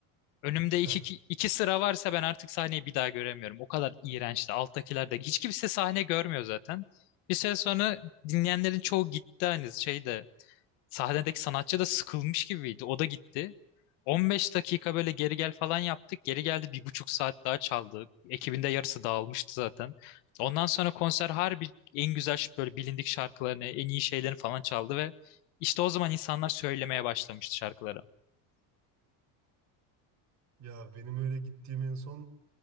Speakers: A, on the left; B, on the right.
A: önümde
B: Heh.
A: iki, iki, iki sıra varsa ben artık sahneyi bir daha göremiyorum. O kadar iğrençti alttakiler de hiç kimse sahne görmüyor zaten. Bir süre sonra dinleyenlerin çoğu gitti hani şeyde sahnedeki sanatçı da sıkılmış gibiydi. O da gitti. 15 dakika böyle geri gel falan yaptık. Geri geldi bir buçuk saat daha çaldı. Ekibinde yarısı dağılmıştı zaten. Ondan sonra konser harbi en güzel ş- böyle bilindik şarkılarını, en iyi şeylerini falan çaldı ve işte o zaman insanlar söylemeye başlamıştı şarkıları.
B: Ya benim öyle gittiğim en son